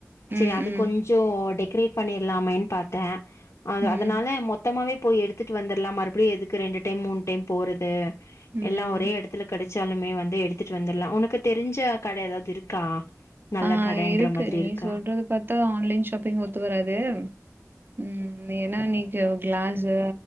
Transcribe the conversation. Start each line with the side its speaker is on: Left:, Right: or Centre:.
Right: ம்
Left: சரி அது
Right: ம்
Left: கொஞ்சோ டெக் க்ரி பண்ணிற்லாமேன் பாத்த அது
Right: ம்
Left: அதனால
Right: ம்
Left: மொத்தமாவே போய் எடுத்துட்டு வந்தற்லா மறுபடியு எதுக்கு ரெண்டு டைம் மூண் டைம் போறது எல்லா
Right: ம்
Left: ஒரே எடத்துல கடச் சாலுமே வந்து எடுத்துட்டு வந்துடலா உனக்கு தெரிஞ்ச கட எதாது இருக்கா நல்ல
Right: அ
Left: கடன்ற
Right: இருக்கு
Left: மாதிரி
Right: நீ
Left: இருக்கா
Right: சொல்றது பாத்தா ஆன்லைன் ஷாப்பிங் ஒத்து வராது ம் நேன்னா நீட்டு க்ளாஸு